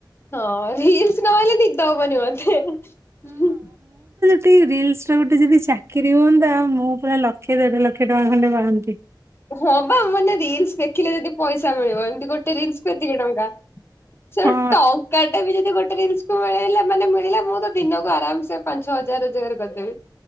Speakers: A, on the left (about 30°); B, on the right (about 35°).
A: ହଁ ରିଲସ ନହେଲେ ନିଦ ହବ ନି ମୋତେ।
B: ଦି ରିଲସ ରେ ଗୋଟେ ଯଦି ଚାକିରି ହୁଅନ୍ତା ମୁଁ ପୁରା ଲକ୍ଷେ ଦେଢ ଲକ୍ଷ ଟଙ୍କା ଖଣ୍ଡେ ପାଆନ୍ତି।
A: ହଁ ବା ମାନେ ରିଲସ ଦେଖିଲେ ଯଦି ପଇସା ମିଳିବ ଏମିତି ଗୋଟେ ରିଲସ କୁ ଏତିକି ଟଙ୍କା। ସେ
B: ହଁ
A: ଟଙ୍କା ସେଟା ବି ଯଦି ଗୋଟେ ରିଲସ୍ କୁ ମିଳଲା ମାନେ ମିଳିଲା ମୁଁ ତ ଦିନକୁ ଆରାମ ସେ ପାଞ୍ଚ ଛ ହଜାର ରୋଜଗାର କରିଦେବି।